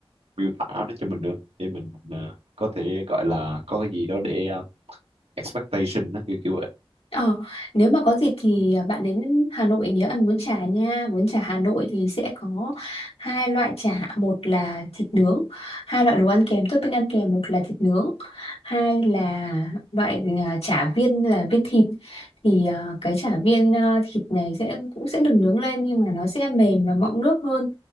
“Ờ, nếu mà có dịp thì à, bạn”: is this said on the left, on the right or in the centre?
Left